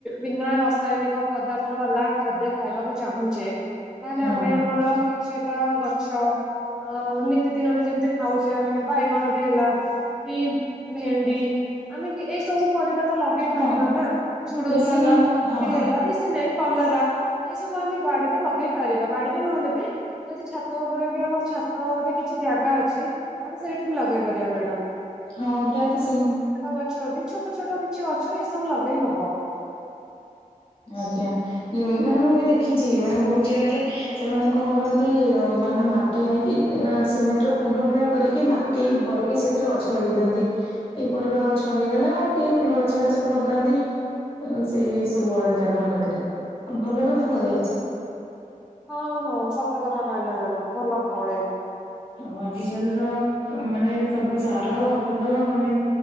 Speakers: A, in the centre; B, on the left.
A: ବିନା ରାସାୟନିକ ପଦାର୍ଥ ବାଲା ଖାଦ୍ୟ ଖାଇବାକୁ ଚାହୁଁଛେ ତାହେଲେ
B: ହଁ
A: ଆମେ ଆମର ଛିଟା ଗଛ ଅ ନିତିଦିନରେ ଯେମିତି ଖାଉଛି ଆମେ ବାଇଗଣ ଟେ ହେଲା କି ଭେଣ୍ଡି ଆମେ ଏଇ ସବୁ ପରିବା ତ ଲଗେଇ
B: ହଁ
A: ପାରିବା ନା ଝୁଡୁଙ୍ଗ
B: ବେଶୀ
A: ହେଲା
B: ନାହିଁ
A: କାକୁଡି
B: ହଁ
A: ହେଲା ବେଶୀ ନାହିଁ କଲରା ଏଇ ସବୁ ଆମେ ବାଡ଼ିରେ ଲଗେଇ ପାରିବା ବାଡ଼ିରେ ନହେଲେ ବି ଯଦି ଛାତ ଉପରେ ବି ଆମର ଛାତ ରେ କିଛି ଜାଗା ଅଛି ତାହେଲେ ସେଇଠି ବି ଲଗେଇ ପାରିବା ମ୍ୟାଡମ୍
B: ହଁ ପ୍ରାୟତଃ ସେମିତି।
A: ଗଛ ବି ଛୋଟ ଛୋଟ କିଛି ଗଛ ଏସବୁ ଲଗେଇ ହବ
B: ଆଜ୍ଞା ମାନେ ମୁଁ ବି ଦେଖିଛି ମାନେ ବହୁତ ଜାଗାରେ ସେମାନେ କଣ କରନ୍ତି ମାନେ ମାଟି ମାଟି ଆଣିକି ସିମେଣ୍ଟ ର କୁଣ୍ଡ ଭଳିଆ କରିକି ମାଟି ଭରିକି ସେଥିରେ ଗଛ ଲଗେଇ ଦିଅନ୍ତି ଏଇ ପରିବା ଗଛ ହେଇଗଲା କି ଫୁଲ ଗଛ ହେଲା ସବୁ ଲଗାନ୍ତି ସେଇ ଉଆଳ ଜାଗା ମାନଙ୍କରେ ଭଲ ବି ଫଳେ।
A: ଆଜ୍ଞା ହଁ ହଁ ସତ କଥା କହିଲେ ମ୍ୟାଡାମ ଭଲ ଫଳେ।
B: ଆଉ ଆଜିିକାଲ ତ ତମେ ମାନେ ସବୁ ସାର ଔଷଧ ମାନେ